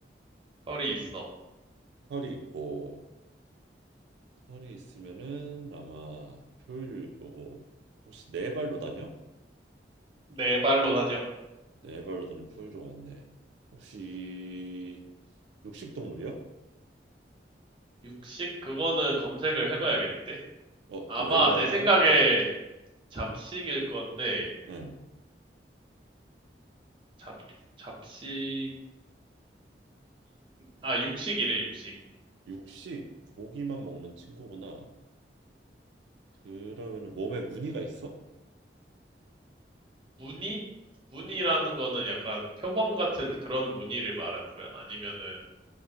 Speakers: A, on the right (about 30°); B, on the right (about 80°).
A: 털이 있어.
B: 털이 있고 털이 있으면은 아마 포유류일 거고 혹시 네 발로 다녀?
A: 네 발로 다녀.
B: 네 발로 다니는 포유류 맞네. 혹시 육식 동물이야?
A: 육식? 그거는 검색을 해봐야겠는데?
B: 어,
A: 아마
B: 좀 애매하구나.
A: 내 생각에 잡식일 건데
B: 응.
A: 잡 잡식인 아 육식이래 육식.
B: 육식 고기만 먹는 친구구나. 그러면은 몸에 무늬가 있어?
A: 무늬? 무늬라는 거는 약간 표범 같은 그런 무늬를 말하는 거야? 아니면은